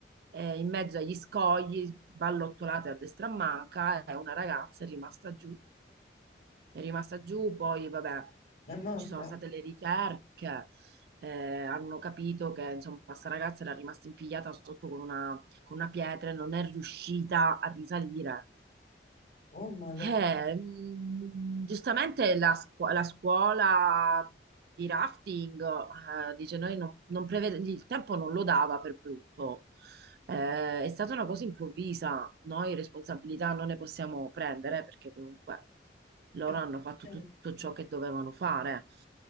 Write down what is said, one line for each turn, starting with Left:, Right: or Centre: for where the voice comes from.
Right: eh, in mezzo agli scogli, ballottolate a destra e a manca, e una ragazza è rimasta giù è rimasta giù, poi vabbè,
Left: Ma è morta?
Right: ci sono state le ricerche, eh, hanno capito che insomma questa ragazza era rimasta impigliata sotto con una, con una pietra e non è riuscita a risalire.
Left: Oh, madonna.
Right: Eh, mm, giustamente la, scu- la scuola di rafting, eh, dice noi non, non prevede, il tempo non lo dava per brutto. Eh, è stata una cosa improvvisa, noi responsabilità non ne possiamo prendere perché comunque loro
Left: Eh,
Right: hanno fatto
Left: certo.
Right: tutto ciò che dovevano fare.